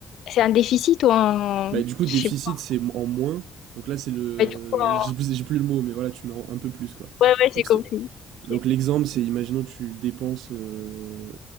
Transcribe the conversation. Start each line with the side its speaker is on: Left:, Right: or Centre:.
Left: C'est un déficit ou un...
Right: bah, du coup déficit
Left: Je sais pas.
Right: c'est en moins, donc là c'est le,
Left: Ouais, du coup, un-
Right: j'ai plus j'ai plus le mot, mais voilà tu mets en- un peu plus quoi.
Left: ouais, ouais,
Right: Donc
Left: j'ai compris.
Right: c'est- Donc
Left: Ok.
Right: l'exemple, c'est imaginons que tu dépenses euh,